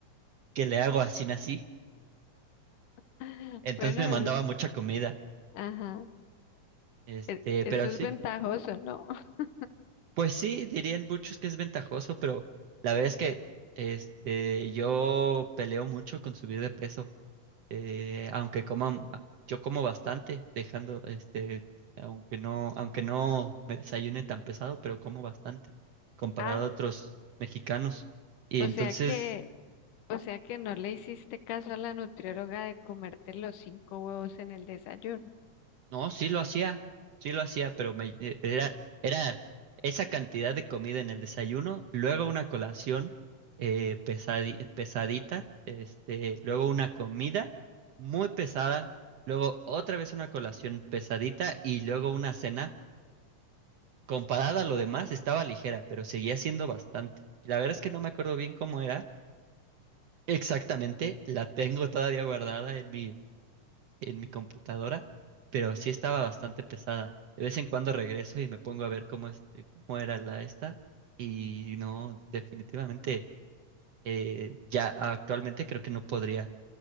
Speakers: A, on the right; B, on the left.
A: ¿qué le hago así nací?
B: <laughs>
A: Entonces
B: Bueno,
A: me mandaba
B: es-
A: mucha comida,
B: ajá.
A: este,
B: e- Eso
A: pero
B: es
A: sí.
B: ventajoso, ¿no? <laughs>
A: Pues sí, dirían muchos que es ventajoso, pero la verdad es que este, yo peleo mucho con subir de peso, eh, aunque coman, yo como bastante, dejando, este, aunque no, aunque no me desayune tan pesado, pero como bastante, comparado
B: Ah,
A: a otros mexicanos. Y
B: o
A: entonces
B: sea que, o sea que no le hiciste caso a la nutrióloga de comerte los cinco huevos en el desayuno.
A: No, sí lo hacía, sí lo hacía, pero me, eh, era, era esa cantidad de comida en el desayuno, luego una colación eh, pesadi- pesadita, este, luego una comida muy pesada, luego otra vez una colación pesadita y luego una cena. Comparada a lo demás, estaba ligera, pero seguía siendo bastante. La verdad es que no me acuerdo bien cómo era exactamente, la tengo todavía guardada en mi en mi computadora, pero sí estaba bastante pesada. De vez en cuando regreso y me pongo a ver cómo, es- eh, cómo era la esta y no, definitivamente eh, ya actualmente creo que no podría